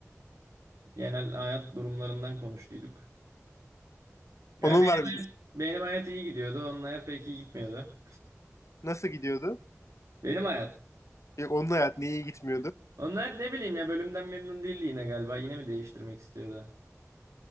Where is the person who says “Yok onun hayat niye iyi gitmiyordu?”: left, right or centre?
Left